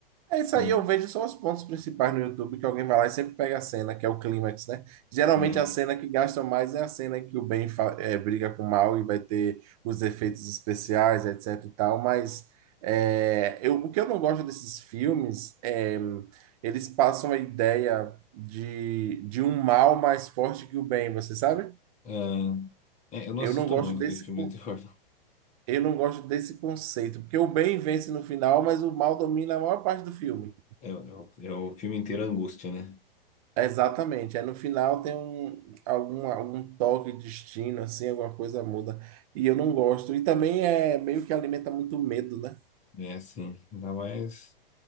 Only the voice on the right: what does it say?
É isso
aí, eu vejo só os pontos principais no YouTube que alguém vai lá e sempre pega a cena, que é o clímax, né? Geralmente
a cena que gasta mais é a cena que o bem fa- eh, briga com o mal e vai ter os efeitos especiais, etc e tal, mas eh, eu, o que eu não gosto desses filmes é eles passam a ideia de, de um mal mais forte que o bem, você sabe?
Eu
não gosto
desse,
con-
eu não gosto desse conceito, porque o bem vence no final, mas o mal domina a maior parte do filme.
Exatamente. Aí no final tem um, algum, algum toque de destino, assim, alguma coisa muda. E eu não gosto. E também é meio que alimenta muito medo, né?